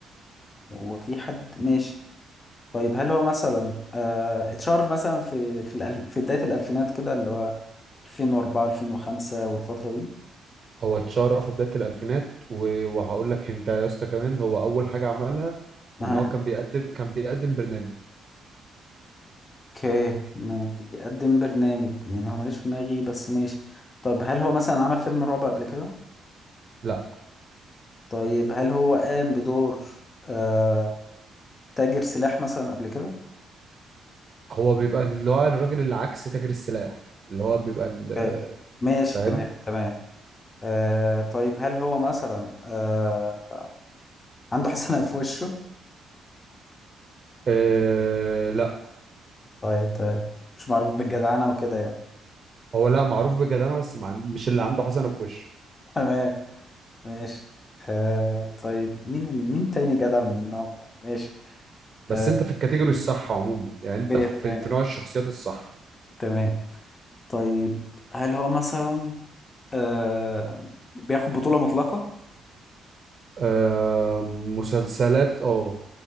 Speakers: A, on the left; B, on the right.
A: هو في حد ماشي طيب هل هو مثلا آه، اتشهر مثلا في في الألف في بداية الألفينات كده اللي هو 2004 2005 والفترة دي
B: هو اتشهر في بدايه الالفينات و- وهقول لك انت يا اسطى كمان هو اول حاجه عملها
A: اها
B: ان هو كان بيقدم كان بيقدم برنامج
A: اوكي ما بيقدم برنامج يعني هو ماليش في دماغي بس ماشي طب هل هو مثلا عمل فيلم رعب قبل كده
B: لا
A: طيب هل هو قام بدور آه تاجر سلاح مثلا قبل كده
B: هو بيبقى اللي هو الراجل اللي عكس تاجر السلاح اللي هو بيبقى ال-
A: آه، ماشي
B: فاهم
A: تمام تمام آه طيب هل هو مثلا آه عنده حسنة في وشه
B: آه لا
A: طيب طيب مش معروف بالجدعنة وكده يعني
B: هو لا معروف بجدانه بس مع... مش اللي عنده حسنه في وشه
A: تمام ماشي آه طيب مين مين تاني جدع منهم يعني ماشي
B: بس
A: آه
B: انت في الكاتيجوري الصح عموما يعني انت
A: اوكي
B: في,
A: تمام
B: في نوع الشخصيات الصح
A: تمام طيب هل هو مثلا آه بياخد بطولة مطلقة
B: آه مسلسلات اه